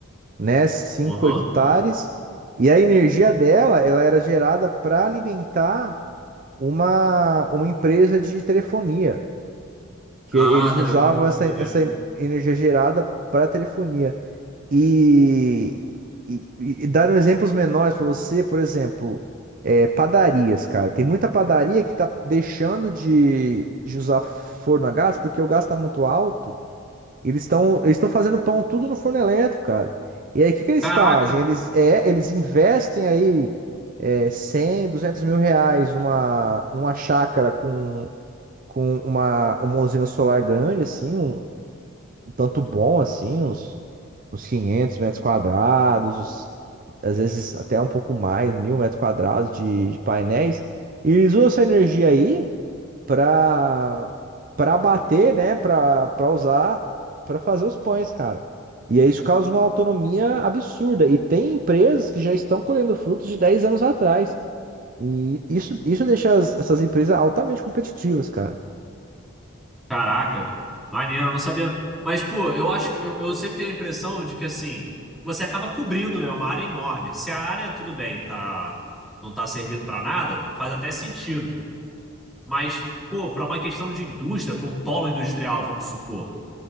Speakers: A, on the right; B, in the centre.
A: né? cinco
B: Uhum.
A: hectares. E a energia dela, ela era gerada para alimentar uma, uma empresa de telefonia, que
B: Ah,
A: eles usavam
B: telecom.
A: essa,
B: Entendi.
A: essa energia gerada para telefonia. E, e, e dando exemplos menores para você, por exemplo, é, padarias, cara. Tem muita padaria que tá deixando de, de usar forno a gás porque o gás está muito alto eles estão eles estão fazendo pão tudo no forno elétrico, cara. E aí, o que que eles
B: Caraca!
A: fazem? Eles, é, eles investem aí é, 100, 200 mil reais numa, numa chácara com, com uma, uma usina solar grande, assim, um, um tanto bom, assim, uns, uns 500 metros quadrados, uns- às vezes até um pouco mais, mil metros quadrados de, de painéis. E eles usam essa energia aí para para bater, né, para para usar para fazer os pães, cara. E aí isso causa uma autonomia absurda. E tem empresas que já estão colhendo frutos de 10 anos atrás. E isso, isso deixa as- essas empresas altamente competitivas, cara.
B: Caraca, maneiro, eu não sabia. Mas, pô, eu acho que eu, eu sempre tenho a impressão de que assim, você acaba cobrindo, né, uma área enorme. Se a área, tudo bem, tá, não tá servindo pra nada, faz até sentido. Mas, pô, pra uma questão de indústria, pra um polo industrial, vamos supor.